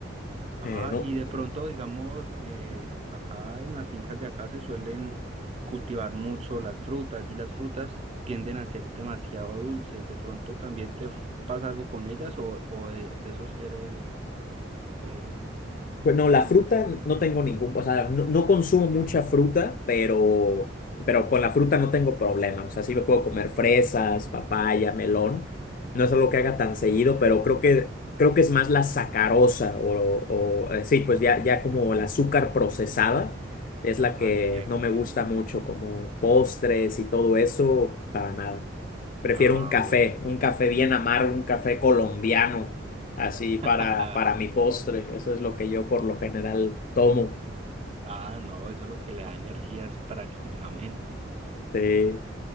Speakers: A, on the right; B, on the left.
A: Ah,
B: Eh, no,
A: y de pronto, digamos, eh, acá en las fincas de acá se suelen cultivar mucho las frutas y las frutas tienden a ser demasiado dulces. De pronto también te f- pasa algo con ellas o, o de, de eso si eres... Eh,
B: Pues no, la
A: sí,
B: fruta
A: la-
B: no tengo ningún, o sea, no, no consumo mucha fruta, pero, pero con la fruta no tengo problema. O sea, sí me puedo comer fresas, papaya, melón. No es algo que haga tan seguido, pero creo que, creo que es más la sacarosa o, o, eh, sí, pues ya, ya como el azúcar procesada es
A: Ah,
B: la que
A: entiendo,
B: no
A: entiendo.
B: me gusta mucho, como postres y todo eso, para nada. Prefiero
A: Ah,
B: un café,
A: bueno.
B: un café bien amargo, un café colombiano así para,
A: <laughs>
B: para mi postre. Eso es lo que yo por lo general tomo.
A: Ah, no, eso es lo que le da energías prácticamente.
B: Sí,